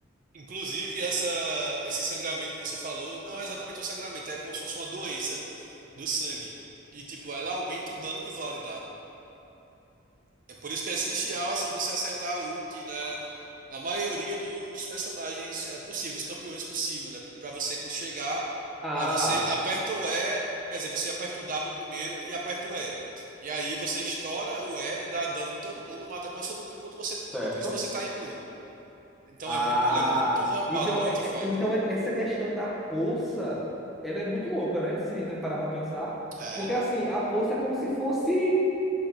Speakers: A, on the right; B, in the centre.
A: Inclusive, essa, esse sangramento que você falou não é exatamente um sangramento, é como se fosse uma doença do sangue. E, tipo, ela aumenta o dano que o Vlad dá. É por isso que é essencial, assim, você acertar a ult na, na maioria do- dos personagens é possível, dos campeões é possível, né? para você co- chegar,
B: Ah,
A: aí você aperta o E, quer dizer, você aperta o W primeiro e aperta o E. E aí você estoura o E, dá dano em todo mundo, mata quase todo mundo, enquanto você, enquanto
B: certo?
A: isso você tá imune. Então
B: ah.
A: é muito, ele é muito roubado
B: Então,
A: pra Notifight.
B: é- é- então é- essa questão da poça, ela é muito louca, né? Se a gente parar pra pensar.
A: É,
B: Porque assim, a poça é como se fosse.